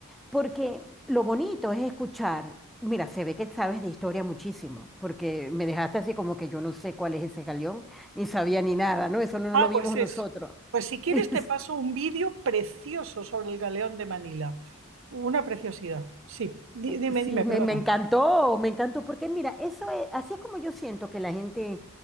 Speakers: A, in the centre; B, on the right.
A: porque lo bonito es escuchar. Mira, se ve que sabes de historia muchísimo, porque me dejaste así como que yo no sé cuál es ese galeón, ni sabía ni nada, ¿no? Eso no, no
B: Ah,
A: lo vimos
B: pues es.
A: nosotros.
B: Pues si quieres
A: <laughs>
B: te paso un vídeo precioso sobre el galeón de Manila. Una preciosidad. Sí, Di- dime,
A: Sí,
B: dime, perdona.
A: me, me encantó, me encantó, porque mira, eso es, así es como yo siento que la gente,